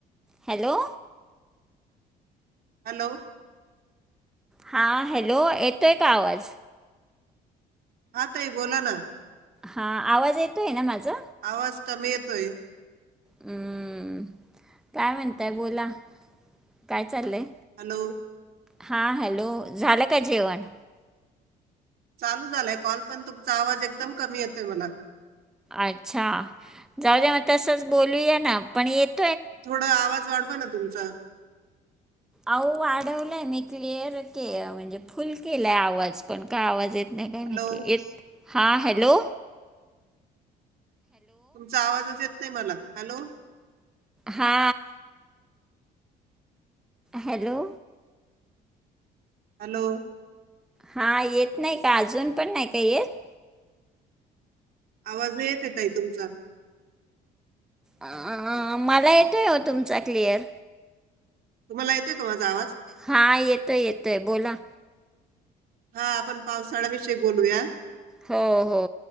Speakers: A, in the centre; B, on the right.
A: हॅलो
B: हॅलो
A: हा हॅलो येतोय का आवाज
B: हा ताई बोला ना
A: हा आवाज येतोय ना माझा
B: आवाज कमी येतोय
A: हम्म काय म्हणताय बोला काय चाललंय
B: हॅलो
A: हा हॅलो झालं का जेवण
B: चालू झालाय कॉल पण तुमचा आवाज एकदम कमी येते मला
A: अच्छा जाऊ द्या मग तसच बोलूया ना पण येत
B: थोड आवाज वाढवा ना तुमचा
A: अह वाढवलाय मी क्लिअर के म्हणजे फुल केलाय आवाज पण का आवाज येत नाय झालंय काय
B: हॅलो
A: माहिती हॅलो हॅलो
B: तुमचा आवाजच येत नाही मला हॅलो
A: हा हॅलो
B: हॅलो
A: हा येत नाही का अजून पण नाही का येत
B: आवाज येत नाही ताई तुमचा
A: अ मला येतो तुमचा क्लिअर
B: तुम्हाला येतोय का माझा आवाज
A: हा येतोय येतोय बोला
B: हा आपण पावसाळ्याविषयी बोलूया
A: हो हो